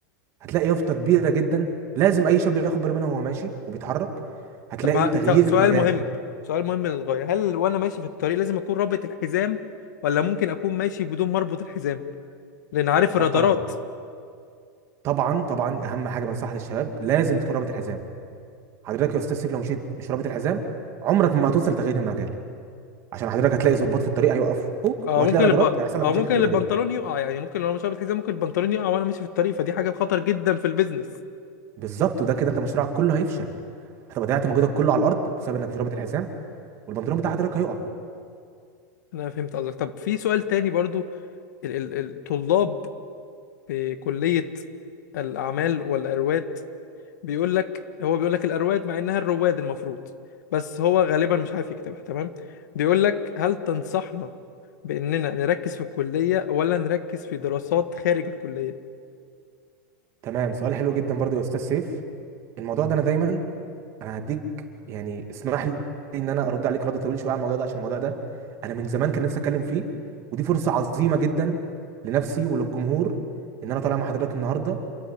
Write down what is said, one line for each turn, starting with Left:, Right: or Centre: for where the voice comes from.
Right: هتلاقي يافطه كبيره جدا لازم اي شاب ياخد باله منها وهو ماشي وبيتحرك هتلاقي
Left: طب ه-
Right: تغيير
Left: س- سؤال
Right: المجال
Left: مهم سؤال مهم للغاية هل وانا ماشي في الطريق لازم اكون رابط الحزام ولا ممكن اكون ماشي بدون ما اربط الحزام لان عارف الرادارات
Right: لا طبعا طبعا طبعا اهم حاجه بنصحها للشباب لازم تكون رابط الحزام حضرتك يا استاذ سيف لو مشيت مش رابط الحزام عمرك ما هتوصل لتغيير المجال عشان حضرتك هتلاقي ضباط في الطريق هيوقفوك
Left: اه
Right: وهتلاقي
Left: ممكن الب...
Right: رادارات هيحصل لك
Left: اه
Right: مشاكل
Left: ممكن
Right: كبيره
Left: البنطلون
Right: جدا
Left: يقع يعني ممكن لو مش رابط الحزام ممكن البنطلون يقع وانا ماشي في الطريق فدي حاجة خطر جدا في البيزنس
Right: بالظبط وده كده انت مشروعك كله هيفشل هتبقى ضيعت مجهودك كله على الارض بسبب انك مش رابط الحزام والبنطلون بتاع حضرتك هيقع
Left: انا فهمت قصدك طب في سؤال تاني برضو ال... ال... الطلاب في كلية الاعمال والارواد بيقول لك هو بيقول لك الأرواد مع إنها الرواد المفروض بس هو غالبا مش عارف يكتبها تمام بيقول لك هل تنصحنا بإننا نركز في الكلية ولا نركز في دراسات خارج الكلية
Right: تمام سؤال حلو جدا برضو يا استاذ سيف الموضوع ده انا دايما انا هديك يعني اسمح لي ان انا ارد عليك رد طويل شويه على الموضوع ده عشان الموضوع ده انا من زمان كان نفسي اتكلم فيه ودي فرصه عظيمه جدا لنفسي وللجمهور ان انا طالع مع حضرتك النهارده